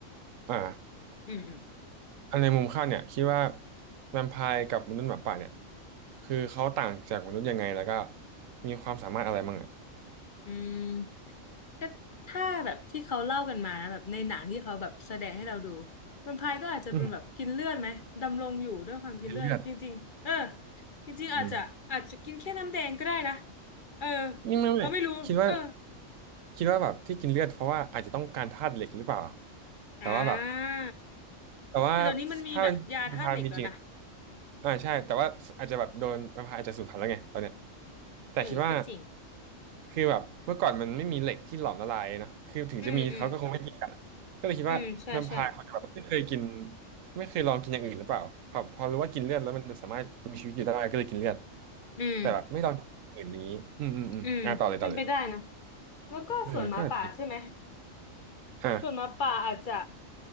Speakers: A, on the right; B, on the left.
A: อ่า
B: อืมอืม
A: อันในมุมข้าวเนี่ยคิดว่าแวมไพร์กับมนุษย์หมาป่าเนี่ยคือเขาต่างจากมนุษย์ยังไงแล้วก็มีความสามารถอะไรบ้างอ่ะ
B: อืมก็ถ้าแบบที่เขาเล่ากันมานะแบบในหนังที่เขาแบบแสดงให้เราดูแวมไพร์ก็อาจจะเป็นแบบกินเลือดไหมดำรงอยู่ด้วยความกินเลือดจริงๆเออ
A: อืมกินเลือด
B: จริงๆอาจจะอาจจะกินแค่น้ำแดงก็ได้นะ
A: อืม
B: เออ
A: นี่ไม่ไม่คิดว่า
B: เราไม่รู้เออ
A: คิดว่าแบบที่กินเลือดเพราะว่าอาจจะต้องการธาตุเหล็กหรือเปล่าแต่ว่าแบบ
B: อ่า
A: แต่ว่า
B: แต่เดี๋ยวนี้มันมีแบบยาธาตุเหล็กแล้วนะ
A: ถ้าเป็นแวมไพร์มีจริง อ่าใช่แต่ว่าอาจจะแบบโดนมันอาจจะสูญพันธุ์แล้วไงตอนเนี้ยแต่คิดว่า
B: เออก็จริง
A: คือแบบเมื่อก่อนมันไม่มีเหล็กที่หลอมละลายเนาะคือถึงจะมีเขาก็คงไม่กินกันก็เลยคิดว่าแวมไพร์เขาจะแบบไม่เคยกิน
B: อืมอืมอืมใช่ใช่
A: ไม่เคยลองกินอย่างอื่นหรือเปล่าพอพอรู้ว่ากินเลือดแล้วมันสามารถมีชีวิตอยู่ได้ก็เลยกินเลือด
B: อืม
A: แต่แบบไม่ลองกินอย่างอื่นอย่างนี้อืมอืมอืมอ่าต่อเลยต่อเลย
B: อืมเป็นไปได้นะแล้วก็ส่วนหมาป่าใช่ไหม
A: เออก็อาจจะอ่า
B: ส่วนหมาป่าอาจจะ